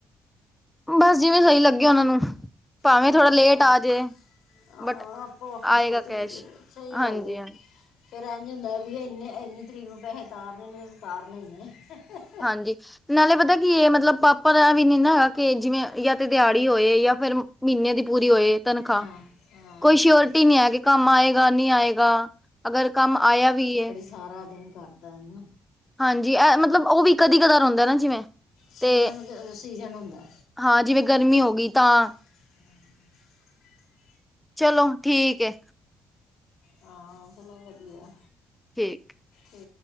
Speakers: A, in the centre; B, on the left.
A: ਬਸ ਜਿਵੇਂ ਸਹੀ ਲੱਗੇਿਆ ਉਹਨਾਂ ਨੂੰ, ਭਾਵੇਂ
B: ਹਾਂ
A: ਥੋੜਾ ਲੇਟ
B: ਇਹ ਤਾਂ ਹੈ।
A: ਆ ਜੇ।
B: ਹਾਂ,
A: ਬਟ
B: ਆਪੋ ਆਪਣੀ ਸੋਚ
A: ਆਏਗਾ
B: ਹੁੰਦੀ
A: ਕੈਸ਼
B: ਹੈ ਤੇ ਸਹੀ
A: ਹਾਂਜੀ
B: ਗੱਲ।
A: ਹਾਂ
B: ਫਿਰ ਇਂਝ ਹੁੰਦਾ ਵੀ ਇਹ ਇੰਨੇ ਇੰਨੀ ਤਰੀਕ ਨੂੰ ਪੈਸੇ ਤਾਰਨੇ ਨੇ ਉ ਤਾਰਨ ਹੀ ਹੈ।
A: ਹਾਂਜੀ ਨਾਲੇ ਪਤਾ ਕੀ ਇਹ ਮਤਲਬ ਪਾਪਾ ਦਾ ਵੀ ਨੀ ਨਾ ਹੈਗਾ ਕਿ ਜਿਵੇਂ ਜਾਂ ਤੇ ਦਿਹਾੜੀ ਹੋਏ ਜਾਂ ਫੇਰ ਮਹੀਨੇ ਦੀ ਪੂਰੀ ਹੋਏ ਤਨਖਾਹ।
B: ਹਾਂ ਹਾਂ
A: ਕੋਈ ਸ਼ਓਰਟੀ ਨਹੀਂ ਆ ਕਿ ਕੰਮ ਆਏਗਾ, ਨਹੀਂ ਆਏਗਾ, ਅਗਰ ਕੰਮ ਆਇਆ ਵੀ ਹੈ।
B: ਸਾਰੇ ਦਿਨ ਕਰਦਾ ਹੈ ਨਾ।
A: ਹਾਂਜੀ, ਇਹ ਮਤਲਬ ਉਹ ਵੀ ਕਦੀ- ਕਦਾ ਰੋਂਦਾ ਨਾ ਜਿਵੇਂ
B: ਸੀਜ-
A: ਤੇ
B: ਸੀਜਨ ਹੁੰਦਾ।
A: ਹਾਂ, ਜਿਵੇਂ ਗਰਮੀ ਹੋ ਗਈ ਤਾਂ।
B: <inaudible>
A: ਚਲੋ ਠੀਕ ਹੈ
B: ਹਾਂ। ਚਲੋ ਵਧੀਆ।
A: ਠੀਕ।
B: ਹੂ